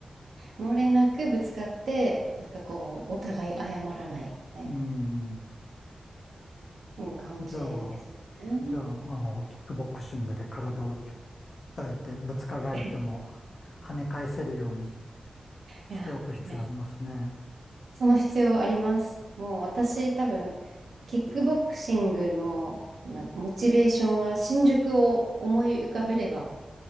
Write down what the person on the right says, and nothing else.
漏れなくぶつかって、なんかこう、お互い謝らないみたいな、
うん、感じですね。
<laughs> いや、
はい。その必要あります。もう私多分、キックボクシングのなモチベーションは新宿を思い浮かべれば、